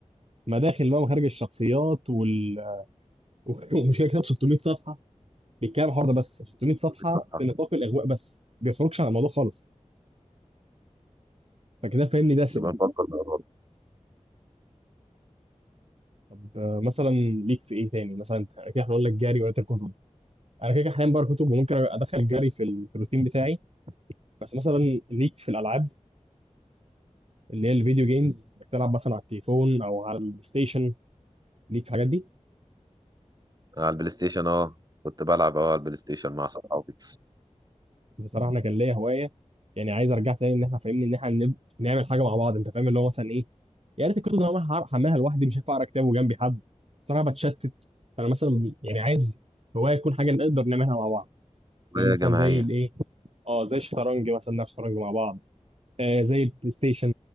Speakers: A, on the right; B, on the right.
A: مداخل بقى ومخارج الشخصيات وال <laughs> ومشكله كتاب 600 صفحه بيتكلم عن الحوار ده بس 600
B: <laughs>
A: صفحه في نطاق الاغواء بس ما بيخرجش عن الموضوع خالص فكده فاهمني دسم
B: نبقى نفكر مع بعض
A: طب آه، مثلا ليك في ايه تاني مثلا انت كده هنقول لك جري ولا كتب انا كده كده حاليا بقرا كتب وممكن ادخل الجري في ال- في الروتين بتاعي بس مثلا ليك في الالعاب اللي هي الفيديو جيمز بتلعب مثلا على التليفون او على البلاي ستيشن ليك في الحاجات دي
B: على البلاي ستيشن اه كنت بلعب اه على البلاي ستيشن مع صحابي
A: بصراحه انا كان ليا هوايه يعني عايز ارجع تاني ان احنا فاهمني ان احنا نب- نعمل حاجه مع بعض انت فاهم اللي هو مثلا ايه يا ريت الكتب اللي انا هعرف احملها لوحدي مش هينفع اقرا كتاب وجنبي حد صراحه بتشتت فانا مثلا يعني عايز هوايه تكون حاجه نقدر نعملها مع بعض فاهم
B: وجماعيه
A: مثلا زي الايه اه زي الشطرنج مثلا نلعب شطرنج مع بعض آه زي البلاي ستيشن